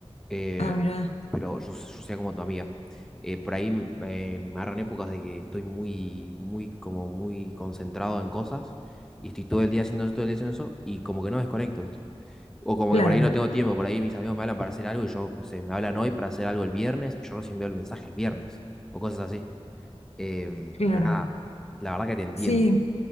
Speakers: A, in the centre; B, on the left.
A: Eh,
B: Ah, mira,
A: pero yo, yo sea como tu amiga. Eh, por ahí m- eh, me agarran épocas de que estoy muy, muy, como muy concentrado en cosas y estoy todo el día haciendo eso, todo el día haciendo eso y como que no desconecto, ¿viste? O como
B: claro,
A: que por ahí no tengo tiempo, por ahí mis amigos me hablan para hacer algo y yo, no sé, me hablan hoy para hacer algo el viernes y yo recién veo el mensaje el viernes o cosas así. Em,
B: claro.
A: pero nada, la verdad que te entiendo.
B: Sí,